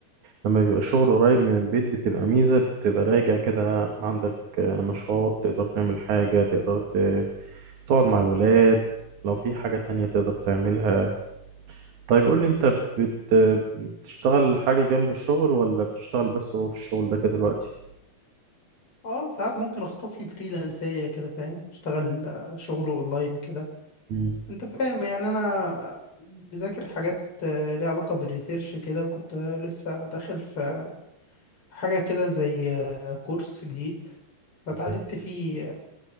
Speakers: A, on the right (about 60°); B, on the left (about 35°).
A: لما بيبقى الشغل قريب من البيت بتبقى ميزة بتبقى راجع كده عندك آه، نشاط تقدر تعمل حاجة تقدر ت- تقعد مع الولاد لو في حاجة تانية تقدر تعملها طيب قول لي انت بت... بتشتغل حاجة جنب الشغل ولا بتشتغل بس هو في الشغل ده كده دلوقتي
B: اه ساعات ممكن اخطف لي فريلانسية كده فاهم اشتغل آه، شغل اونلاين كده
A: مم.
B: انت فاهم يعني انا بذاكر حاجات آه، ليها علاقة بالريسيرش كده وكنت آه، لسه داخل في حاجة كده زي آه، كورس جديد فتعلمت
A: أيوة.
B: فيه